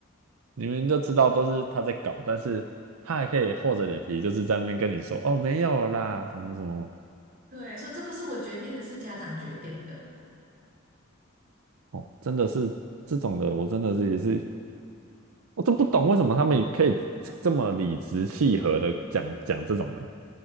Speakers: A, on the right; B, on the right.
A: 明明就知道都是他在搞，但是他还可以厚着脸皮，就是在那边跟你说哦没有啦，什么什么，
B: 对，说这不是我决定的，是家长决定的，
A: 哦，真的是这种的，我真的是也是，我都不懂为什么他们可以这么理直气和的讲讲这种嘞。